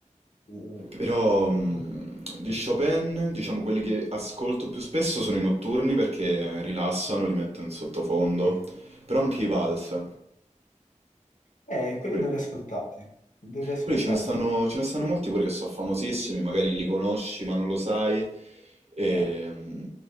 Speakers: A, on the left (about 75°); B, on the right (about 55°).
A: Sì, vabbè.
B: Però mh,
A: No,
B: di Chopin, diciamo quelli che ascolto più spesso sono i notturni perché rilassano, li metto in sottofondo,
A: Eh,
B: però anche
A: eh,
B: i vals.
A: beh. eh, quelli
B: Quelli
A: non li ascoltati, dovrei ascoltarli
B: quelli ce ne stanno,
A: allora.
B: ce ne stanno molti pure che sono famosissimi, magari li conosci ma non lo sai. E,
A: Eh.
B: mm,